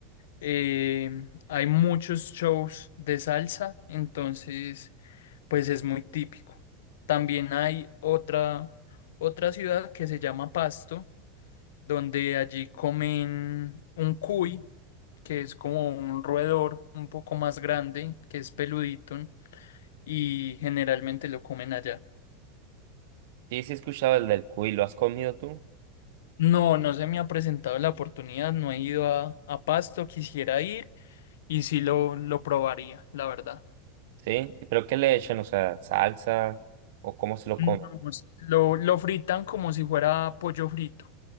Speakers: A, on the left; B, on the right.
A: Eh, hay muchos shows de salsa, entonces pues es muy típico. También hay otra, otra ciudad que se llama Pasto, donde allí comen un cuy, que es como un roedor un poco más grande, que es peludito, y generalmente lo comen allá.
B: Sí, sí he escuchado el del cuy, ¿lo has comido tú?
A: No, no se me ha presentado la oportunidad, no he ido a, a Pasto, quisiera ir y sí lo, lo probaría, la verdad.
B: Sí, pero ¿qué le echan? O sea, salsa o cómo se lo
A: No,
B: come.
A: pues, lo, lo fritan como si fuera pollo frito